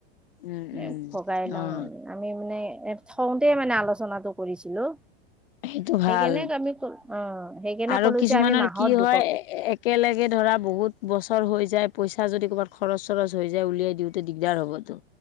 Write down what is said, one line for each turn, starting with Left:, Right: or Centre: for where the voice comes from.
Left: উম, উম।
Centre: এ, ভগাই ল'ম।
Left: অ'।
Centre: আমি মানে, থওঁতে মানে, আ আলোচনাটো কৰিছিলোঁ।
Left: সেইটো
Centre: সেইকাৰণে
Left: ভাল
Centre: আমি, <unintelligible> অ'! সেইকাৰণে
Left: আৰু
Centre: ক'লো
Left: কিছুমানৰ
Centre: যে, আমি মাহত দু
Left: <unintelligible> একেলগে ধৰা, বহুত বছৰ হৈ যায়। পইচা যদি ক'ৰবাত, খৰচ-চৰচ হৈ যায়, উলিয়াই দিওঁতে। দিগদাৰ হ'বতো,